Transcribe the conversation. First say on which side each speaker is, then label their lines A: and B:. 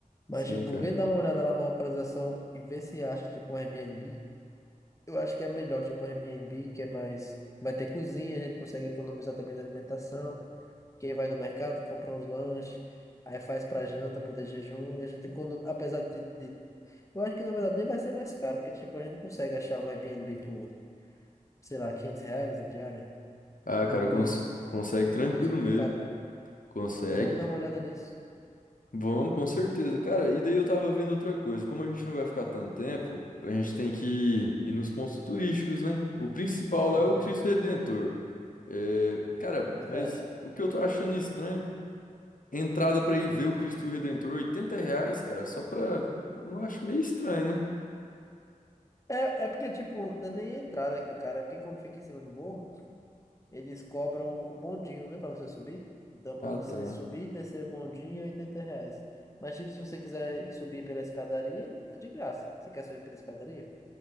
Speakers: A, on the left; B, on the left.
A: Mas,
B: sim,
A: tipo,
B: cara.
A: vê dar uma olhada lá na localização e vê se acha, tipo, um Airbnb. Eu acho que é melhor, tipo, um Airbnb, que é mais... Vai ter cozinha, a gente consegue economizar também na alimentação. Quem vai no mercado, compra uns lanches. Aí faz pra janta, poder jejum, e a gente, econo- apesar de, de eu acho que na verdade nem vai ser mais caro, porque tipo, a gente consegue achar um Airbnb por, sei lá, 500 reais a diária,
B: Ah,
A: tranquilo,
B: cara, cons- consegue tranquilo
A: com a cozinha equipada.
B: mesmo. Consegue.
A: Então vamos dar uma olhada nisso.
B: Vamos, com certeza. Cara, e daí eu tava vendo outra coisa. Como a gente não vai ficar tanto tempo, a gente tem que ir, nos pontos turísticos, né? O principal lá
A: Aham,
B: é o Cristo Redentor. É, cara,
A: verdade.
B: mas o que eu tô achando estranho, entrada pra ir ver o Cristo Redentor, 80 reais, cara, só pra. Eu acho meio estranho, né?
A: É, é porque, tipo, não é nem a entrada, que, cara, porque como fica em cima do morro, eles cobram o bondinho, né, pra você subir. Então, pra
B: Ah,
A: você
B: tá.
A: subir e descer o bondinho é 80 reais. Mas, tipo, se você quiser subir pela escadaria, é de graça. Você quer subir pela escadaria?